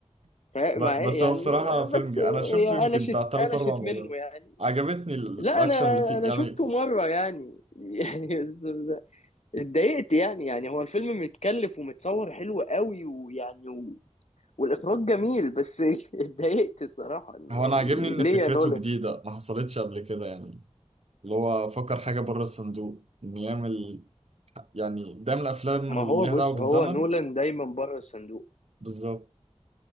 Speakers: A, on the right (about 65°); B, on the left (about 70°).
A: <laughs>
B: فا-
A: ب...
B: مع إيه؟
A: بس
B: يعني
A: هو بصراحة فيلم
B: بس
A: جي. انا شفته
B: هي
A: يمكن
B: قلشت
A: بتاع تلات
B: قلشت
A: اربع مرات
B: منه يعني
A: عجبتني ال-
B: لا
A: الاكشن
B: انا
A: اللي فيه
B: انا
A: يعني
B: شفته مرة يعني <laughs> يعني بس- اتضايقت يعني يعني هو الفيلم متكلف ومتصور حلو قوي ويعني و... والاخراج جميل بس <laughs> اتضايقت الصراحة إن
A: هو
B: يعني
A: انا عاجبني ان
B: ليه
A: فكرته
B: يا نولان
A: جديده ما حصلتش قبل كده يعني اللي هو فكر حاجه بره الصندوق ان يعمل يعني ده من الافلام
B: ما
A: اللي
B: هو
A: ليها
B: بص
A: دعوه بالزمن
B: هو نولان دايما بره الصندوق
A: بالظبط